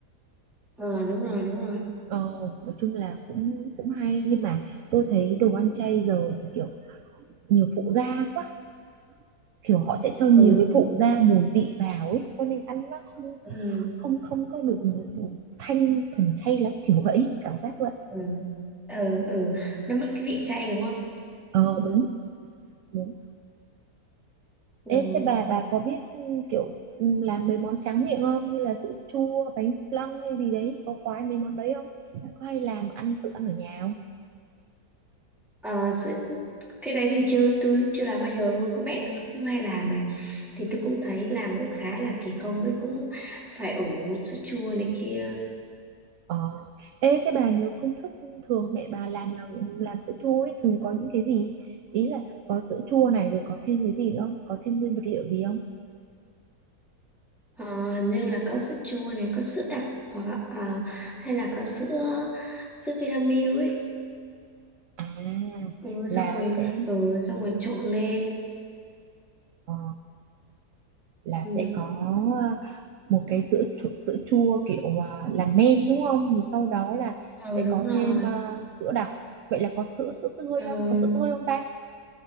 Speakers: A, in the centre; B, on the right (about 65°).
A: ờ đúng rồi đúng rồi
B: ờ, nói chung là cũng cũng hay nhưng mà tôi thấy đồ ăn chay giờ thì nhiều phụ gia quá kiểu họ sẽ cho
A: ừ
B: nhiều
A: đúng
B: cái phụ gia mùi vị vào ấy cho nên ăn nó không
A: ừ
B: không không có được thanh thuần chay lắm kiểu vậy cảm giác vậy
A: ừ ừ, ừ. nó mất cái vị chay đúng không
B: ờ đúng đúng
A: ừ.
B: Ê, thế bà bà có biết kiểu làm mấy món tráng miệng không như là sữa chua bánh flan hay gì đấy có khoái mấy món đấy không có hay làm ăn tự ăn ở nhà không
A: Ờ, sữa- cái đấy thì chưa tôi chưa làm bao giờ luôn có mẹ tôi cũng hay làm nè thì tôi cũng thấy làm cũng khá là kỳ công với cũng phải ủ sữa chua này kia
B: ờ ê thế bà nhớ công thức thường mẹ bà làm là làm sữa chua ấy thường có những cái gì ý là có sữa chua này rồi có thêm cái gì nữa không có thêm nguyên vật liệu gì không
A: Ờ, hình như là có sữa chua này có sữa đặc hoặc là, ờ, hay là có sữa sữa Vinamilk ấy
B: À,
A: ừ
B: là
A: xong rồi
B: sẽ
A: ừ xong rồi trộn lên
B: ờ, là
A: ừ,
B: sẽ có ờ, một cái sữa th- sữa chua kiểu ờ, làm men đúng không? Rồi sau đó là
A: ừ
B: sẽ
A: đúng
B: có
A: rồi
B: thêm ờ, sữa đặc. Vậy là có sữa sữa tươi
A: ừ
B: không? Có sữa tươi không ta?